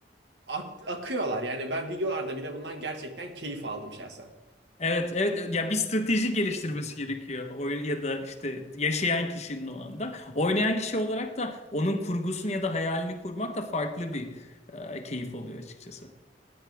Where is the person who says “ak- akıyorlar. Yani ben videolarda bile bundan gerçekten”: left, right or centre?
Right